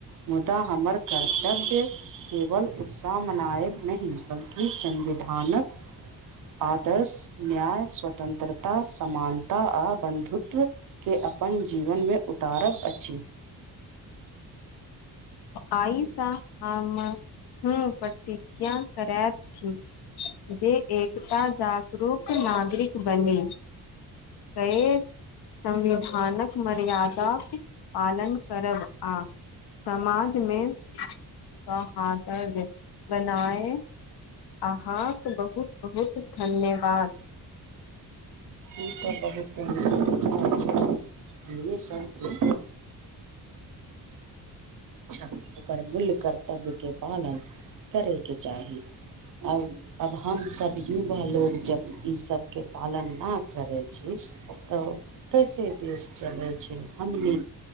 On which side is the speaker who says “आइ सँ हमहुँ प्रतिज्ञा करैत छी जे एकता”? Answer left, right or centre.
Left